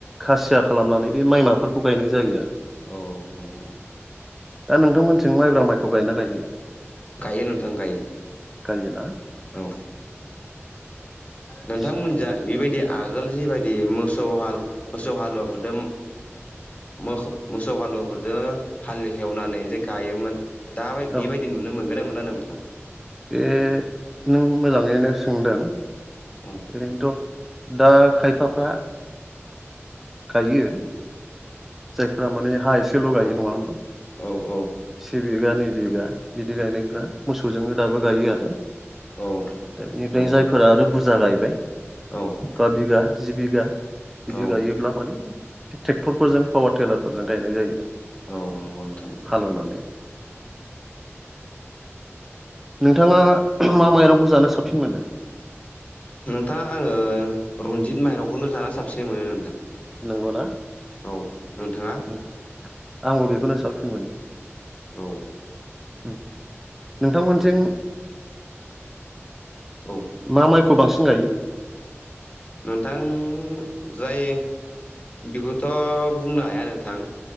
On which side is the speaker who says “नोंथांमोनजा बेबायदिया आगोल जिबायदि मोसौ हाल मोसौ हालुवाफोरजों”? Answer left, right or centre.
Left